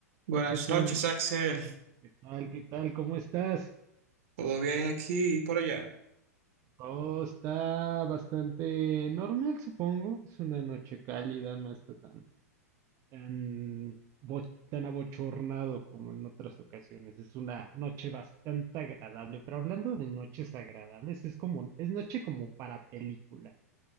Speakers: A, on the right; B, on the right.
A: Buenas
B: ¿Qué tal?
A: noches, Axel.
B: ¿Qué tal? ¿Qué tal? ¿Cómo estás?
A: ¿Todo bien aquí y por allá?
B: Todo está bastante normal, supongo. Es una noche cálida, no está tan, tan, bo- tan abochornado como en otras ocasiones. Es una noche bastante agradable. Pero hablando de noches agradables, es como, es noche como para película.